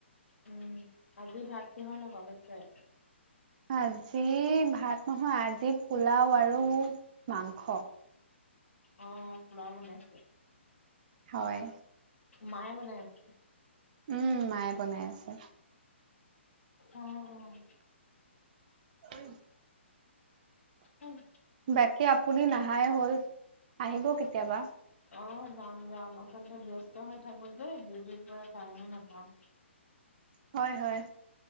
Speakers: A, on the left; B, on the right.
A: উম আজি ভাত কিহৰ লগত আছে
B: আজি ভাত নহয় আজি পোলাও আৰু মাংস
A: অ পোলাও বনাইছে
B: হয়
A: মায়ে মনে আছে
B: উম মায়ে বনাই আছে
A: অ অ
B: উম
A: উম
B: বাকী আপুনি নাহাই হ'ল আহিব কেতিয়াবা
A: অ যাম যাম আচলতে ব্যস্ত হৈ থাকো যে ডউটিৰ পৰা টাইমে নাপাওঁ
B: হয় হয়